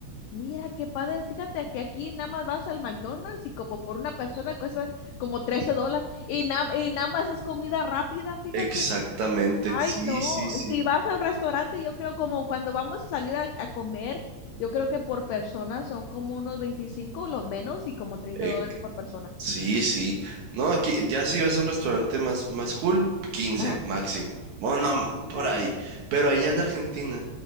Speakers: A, on the left; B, on the right.
A: Mira qué padre, fíjate que aquí nada más vas al McDonald's y como por una persona cuesta como 13 dólares y, na- y nada más es comida rápida, fíjate.
B: Exactamente,
A: Ay,
B: sí,
A: no,
B: sí, sí.
A: si vas a un restaurante, yo creo como cuando vamos a salir a, a comer, yo creo que por persona son como unos veinticinco o lo menos y como treinta
B: Eh,
A: dólares por persona.
B: sí, sí. No, aquí ya si vas a un restaurante más, más cool, quince
A: Ajá.
B: máximo. Bueno,
A: Ay,
B: no,
A: mira.
B: por ahí. Pero allá en Argentina,